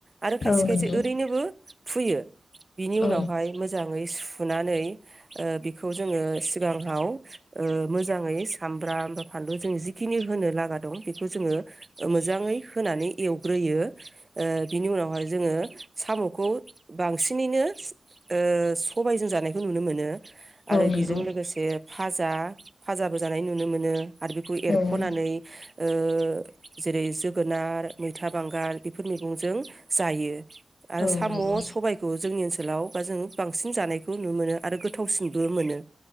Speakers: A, on the right (about 30°); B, on the left (about 70°).
A: आरो खायसे
B: औ
A: खायसे
B: नंगौ
A: ओरैनोबो फुयो। बिनि
B: औ
A: उनावहाय मोजाङै सु नानै बेखौ जोङो सिगाङाव मोजाङै सामबाम बा फानलु जों जिखिनि होनो लागा दं बेखौ जोङो मोजाङै होनानै एवग्रोयो ओ बिनि उनावहाय जोङो साम'खौ बांसिनैनो ओ सबायजों जानायखौ नुनो मोनो आरो
B: नंगौ
A: बेजों लोगोसे भाजा-भाजा बो जानाय नुनो मोनो आरो बेखौ एरखनानै
B: औ
A: ओ जेरै जोगोनार मैथा बांगाल बेफोर मैगंजों जायो आरो
B: औ
A: साम
B: नंगौ
A: सबाइखौ जोंनि ओनसो हटेलाव बा जोङो बांसिन जानायखौ नुनो मोनो आरो गोथावसिनबो मोनो